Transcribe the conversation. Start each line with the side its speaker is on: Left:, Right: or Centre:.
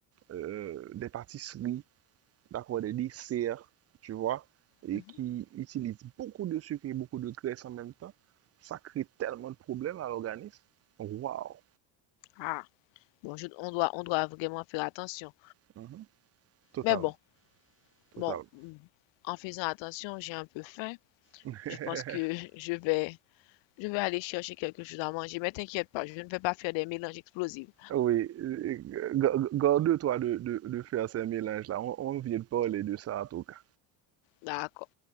Right: euh, des pâtisseries, d'accord, des desserts, tu vois, et
Left: mhm.
Right: qui utilisent beaucoup de sucre et beaucoup de graisse en même temps, ça crée tellement de problèmes à l'organisme. Waouh!
Left: Ah, bon, je- on doit, on doit vraiment faire attention.
Right: Mhm. Totalement,
Left: Mais bon,
Right: totalement.
Left: bon, hmm, en faisant attention, j'ai un peu faim.
Right: <laughs>
Left: Je pense que <laughs> je vais, je vais aller chercher quelque chose à manger. Mais t'inquiète pas, je ne vais pas faire des mélanges explosifs.
Right: Oui, euh, ga- ga- garde-toi de, de, de faire ces mélanges-là. On, on vient de parler de ça, en tout cas.
Left: D'accord.